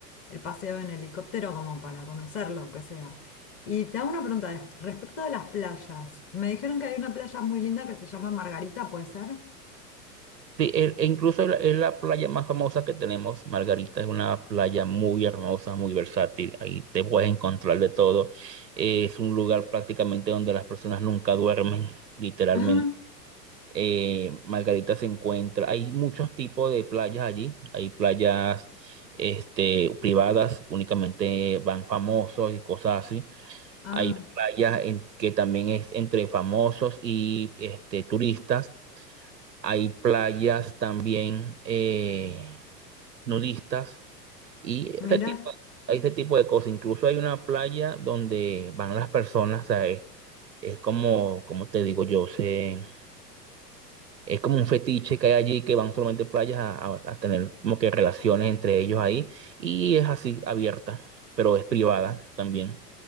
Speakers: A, on the left; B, on the right.
A: el paseo en helicóptero como para conocerlo, aunque sea. Y te hago una pregunta eh, respecto de las playas. Me dijeron que hay una playa muy linda que se llama Margarita, ¿puede ser?
B: Sí, e, e incluso es la es la playa más famosa que tenemos. Margarita es una playa muy hermosa, muy versátil. Ahí te puedes encontrar de todo. Eh, es un lugar prácticamente donde las personas nunca duermen, <laughs> literalmente.
A: <laughs>
B: Eh, Margarita se encuentra, hay muchos tipos de playas allí. Hay playas este, privadas, únicamente van famosos y cosas así.
A: Ah,
B: Hay playas en que también es entre famosos y este, turistas hay playas también eh, nudistas y
A: Mira,
B: ese tipo, hay ese tipo de cosas. Incluso hay una playa donde van las personas, o sea, es, es como, como te digo yo, se, es como un fetiche que hay allí que van solamente playas a, a- a tener como que relaciones entre ellos ahí y es así abierta, pero es privada también.